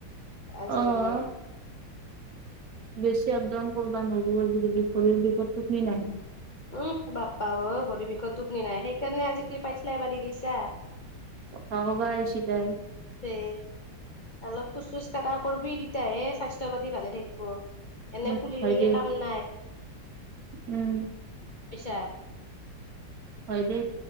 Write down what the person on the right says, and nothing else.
অ বেছি আপ-ডাউন কৰিব নোৱাৰিব আজিকালি। ভৰিৰ বিষত টোপনি নাহে।
কথা কবা আইছি তাই।
উম
হয়
দে
উম
হয় দে।